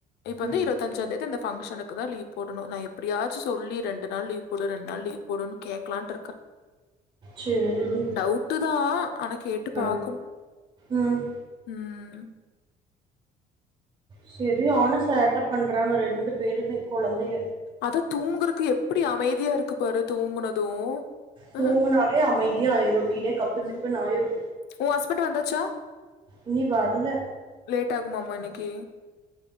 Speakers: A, on the left (about 80°); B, on the right (about 30°).
A: இப்ப
B: ம்
A: வந்து இருவத்தஞ்சந் தேதி அந்த பங்க்ஷனுக்கு தா லீவ் போடனு ந இ எப்டியாச்சு சொல்லி ரெண்டு நாள் லீவ் ஒரு ரெண்ணால் லீவ் உடன் கேக்லான்ட்டு இர்க்க
B: சேரிடி
A: டவ்ட்டு தா ஆனா கேட்டு
B: அ
A: பாக்கணு
B: ம்
A: உம் உம்
B: சேரி ஆன சேட்ட பண்றாங்க ரெண் பெருமை குழந்தைக
A: அத தூங்குறக் எப்டி அமைதியா இருக்கு பாரு தூங்குனதூ
B: தூங்குனாலே
A: ம்
B: அமைதியா ஆயிரு வீடே கப்பு
A: ம்
B: சிப்புன்னு ஆயிரு
A: உ ஹஸ்பண்ட் வந்தாச்சா
B: இனி வரல.
A: லேட் ஆகுமமா இன்னைக்கி